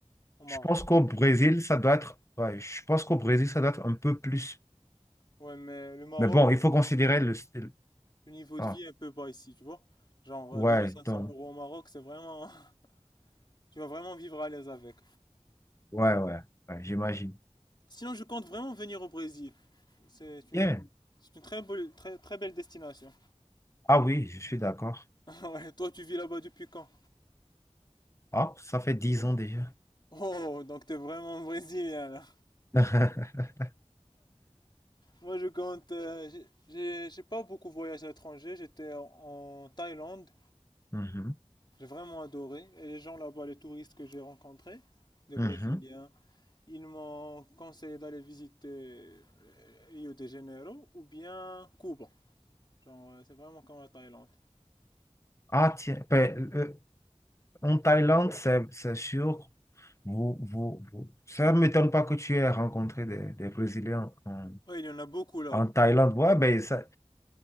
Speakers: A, on the left; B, on the left.
A: au Maroc.
B: Je pense qu'au Brésil, ça doit être... ouais, je pense qu'au Brésil, ça doit être un peu plus.
A: Ouais, mais le Maroc,
B: Mais bon, il faut considérer le... style.
A: le niveau
B: Ah,
A: de vie est un peu bas ici, tu vois. Genre,
B: ouais,
A: euh, 2500 euros
B: donc...
A: au Maroc, c'est vraiment... <laughs> Tu vas vraiment vivre à l'aise avec.
B: Ouais, ouais, ouais, j'imagine.
A: Sinon, je compte vraiment venir au Brésil. C'est une...
B: Bien.
A: C'est une très belle, très, très belle destination.
B: Ah oui, je suis d'accord.
A: <laughs> Ouais, toi, tu vis là-bas depuis quand?
B: Ah, ça fait dix ans déjà.
A: Oh, donc t'es vraiment brésilien, là.
B: <laughs>
A: Moi, je compte... euh, j'ai j'ai- j'ai pas beaucoup voyagé à l'étranger. J'étais en Thaïlande.
B: Mhm,
A: J'ai vraiment adoré. Et les gens là-bas, les touristes que j'ai rencontrés, des
B: mhm.
A: Brésiliens, ils m'ont conseillé d'aller visiter euh, Rio de Janeiro ou bien Cuba. Genre, euh, c'est vraiment comme la Thaïlande.
B: Ah tiens, ben, euh, en Thaïlande, c'est c'est sûr. Vous, vous, vous- Ça ne m'étonne pas que tu aies rencontré des, des Brésiliens en,
A: Ouais, il y en a beaucoup là-bas.
B: en Thaïlande. Ouais, ben, ça,